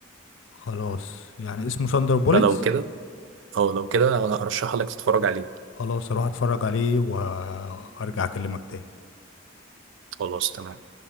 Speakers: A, on the left; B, on the right.
A: خلاص يعني اسمه ساندر بوليتس
B: فلو كده او لو كده انا ارشح لك تتفرج عليه
A: خلاص اروح اتفرج عليه وارجع اكلمك تاني
B: خلاص تمام